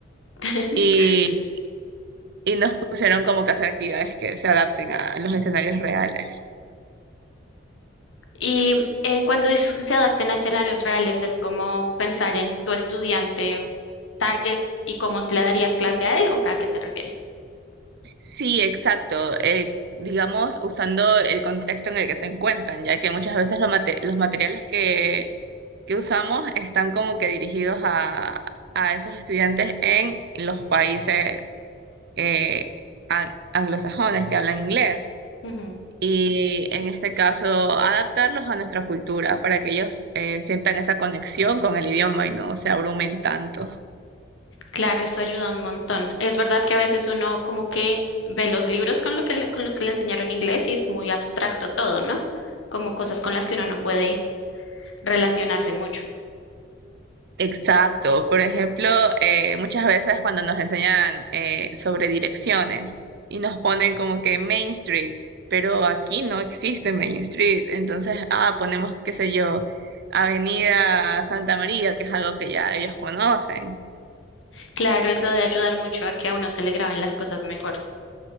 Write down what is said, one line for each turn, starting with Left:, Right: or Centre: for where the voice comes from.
Left: <laughs>
Right: Y, y nos pusieron como que hacer actividades que se adapten a los escenarios reales.
Left: Y eh, cuando dices que se adapten a escenarios reales, es como pensar en tu estudiante target y cómo le darías clase a él o a qué te refieres.
Right: Sí, exacto. eh, digamos, usando el contexto en el que se encuentran, ya que muchas veces lo mate- los materiales que, que usamos están como que dirigidos a, a esos estudiantes en los países eh, a- anglosajones que hablan inglés
Left: Ujú.
Right: y en este caso adaptarlos a nuestra cultura para que ellos eh, sientan esa conexión con el idioma y no se abrumen tanto.
Left: Claro, eso ayuda un montón. Es verdad que a veces uno como que ve los libros con lo que le- con los que le enseñaron inglés y es muy abstracto todo, ¿no? Como cosas con las que uno no puede relacionarse mucho.
Right: Exacto. Por ejemplo, eh, muchas veces cuando nos enseñan eh, sobre direcciones y nos ponen como que Main Street, pero aquí no existe Main Street, entonces, ah, ponemos, qué sé yo. Avenida Santa María, que es algo que ya ellos conocen.
Left: Claro, eso de ayudar mucho a que a uno se le graben las cosas mejor.